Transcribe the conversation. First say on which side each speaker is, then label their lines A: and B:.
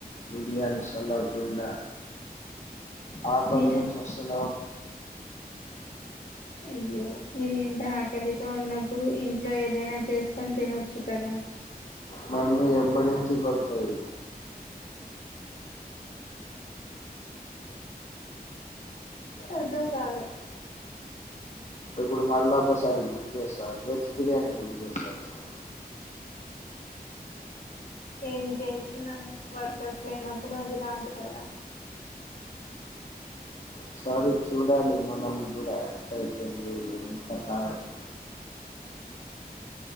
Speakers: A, on the left; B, on the left.
A: బిర్యానీ సల్లగుండ ఆకలితోన
B: మీరు
A: చస్తున్నాం
B: అయ్యో మీరు ఇంత ఆకలితో ఉన్నప్పుడు ఇంట్లో ఏదైనా చేసుకొని తినొచ్చు కదా
A: మమ్మీ ఎంబడించి కొడుతాది
B: అర్థం కాలే
A: ఇప్పుడు మళ్ళ ఒకసారి బుక్ చేస్తాను వెజ్ బిర్యానీ బుక్ చేస్తా ఈసారి
B: ఏది చేసిన వర్కర్స్ లేనప్పుడు అది రాదు కదా
A: ఒకసారి చూడాలి మనం కూడా ఎట్టైతుంది ఏంకాత అని